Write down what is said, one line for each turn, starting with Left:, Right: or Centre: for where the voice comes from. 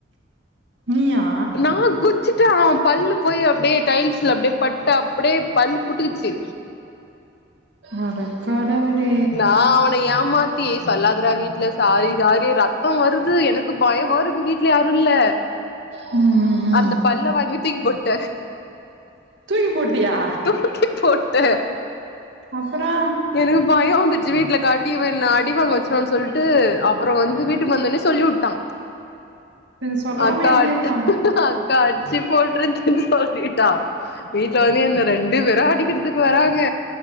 Right: நீயா
Left: நா குத் சுட்டு அவ பல்லு போய் அப்டியே டைல்ஸ்ல அப்டியே பட்டு அப்டியே பல்லு புட்டுக்குச்சு
Right: அடக்கடவுளே
Left: நா அவன ஏமாத்தி சொல்லாதரா வீட்ல சாரி சாரி எ ரத்தொ வருது எனக்கு பயமா இருக்கு வீட்ல யாரு இல்ல
Right: ம் ம் ம்
Left: அந்த பல்ல வாங்கி தூக்கி போட்ட
Right: தூக்கி போட்டியா
Left: தூக்கி போட்ட
Right: அப்பறோ
Left: எனக்கு பயொ வந்துருச்சு வீட்ல காட்டி இவ என்ன அடிவாங்க வெச்சிருவான் சொல்ட்டு அப் அப்பறோ வந்து வீட்டுக் வந்தொட்னே சொல்லிவுட்டாங்
Right: இது சொல்லாம
Left: அக்கா
Right: எப்டி இருப்பா
Left: அத் அடிச்சு போட்ருச்சுன் சொல்லிட்டா வீட்ல வந்து என்ன ரெண்டு பேரு அடிகறதுக் வராங்க